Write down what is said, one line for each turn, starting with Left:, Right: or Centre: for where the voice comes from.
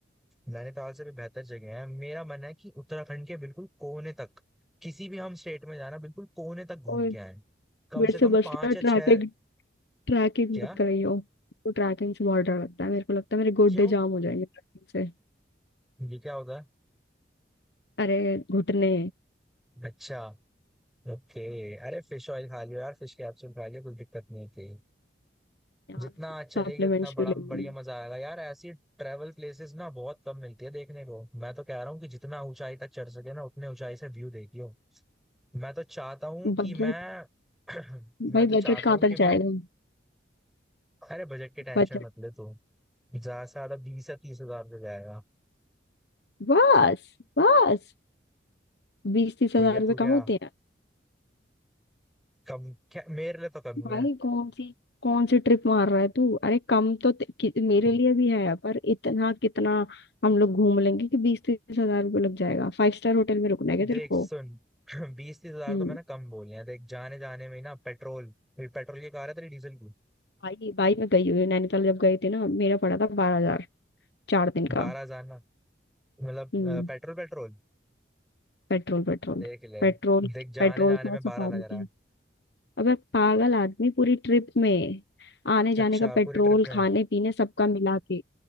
Centre: नैनीताल से भी बेहतर जगह है मेरा मन है कि उत्तराखंड के बिल्कुल कोने तक किसी भी हम स्टेट में जाना बिल्कुल कोने तक घूम
Left: और
Centre: के आए कम
Left: मेरे
Centre: से कम
Left: से बस
Centre: पांच
Left: ना
Centre: या
Left: ट्रैकिंग
Centre: छह
Left: ट्रैकिंग
Centre: क्या
Left: मत कराइयो तो ट्रैकिंग से बहुत डर लगता है मेरे को लगता है मेरे गोड्डे
Centre: क्यों
Left: जाम हो जाएंगे ट्रैकिंग से
Centre: ये क्या होता है
Left: अरे घुटने
Centre: अच्छा ओके अरे फिश ऑयल खा लियो यार फिश कैप्सूल खा लियो कुछ दिक्कत नहीं थी
Left: यार
Centre: जितना चलेगी
Left: सप्लीमेंट्स
Centre: उतना बड़ा
Left: भी लेंगे
Centre: बढ़िया मजा आएगा यार ऐसी ट्रैवल प्लेसेस ना बहुत कम मिलती है देखने को मैं तो कह रहा हूँ कि जितना ऊंचाई तक चढ़ सके ना उतने ऊंचाई से व्यू देखियो मैं तो चाहता हूँ कि
Left: बजट
Centre: मैं <clears throat> मैं
Left: भाई
Centre: तो चाहता
Left: बजट कहाँ
Centre: हूँ
Left: तक
Centre: कि मैं
Left: जाएगा
Centre: अरे बजट की टेंशन
Left: बजट
Centre: मत ले तू ज्यादा से ज्यादा बीस या तीस हजार रुपये जाएगा
Left: बस बस बीस तीस
Centre: भैया
Left: हजार रुपये
Centre: तू क्या
Left: कम होते हैं
Centre: कम क्या मेरे लिए तो कम
Left: भाई
Centre: ही
Left: कौन सी कौन सी ट्रिप मार रहा है तू अरे कम तो ते- कि, मेरे
Centre: है
Left: लिए भी है पर इतना कितना हम लोग घूम लेंगे कि बीस तीस हजार रुपये लग जाएगा फाइव स्टार होटल में रुकना है क्या
Centre: देख
Left: तेरे को
Centre: सुन <clears throat> <laughs> बीस तीस हजार
Left: हम्म
Centre: तो मैंने कम बोले हैं देख जाने जाने में ही ना पेट्रोल फिर पेट्रोल की कार है तेरी डीजल की
Left: भाई भाई मैं गई हुई हूँ, नैनीताल जब गई थी ना मेरा पड़ा था बारह हजार चार दिन का
Centre: बारह हजार ना मतलब
Left: हम्म
Centre: अ, पेट्रोल पेट्रोल
Left: Petrol petrol
Centre: देख ले
Left: पेट्रोल
Centre: देख जाने
Left: पेट्रोल
Centre: जाने
Left: था
Centre: में
Left: सफारी
Centre: बारह लग रहा
Left: की
Centre: है
Left: अबे पागल आदमी पूरी ट्रिप में आने जाने
Centre: अच्छा
Left: का पेट्रोल
Centre: पूरी ट्रिप में
Left: खाने पीने सबका मिला के।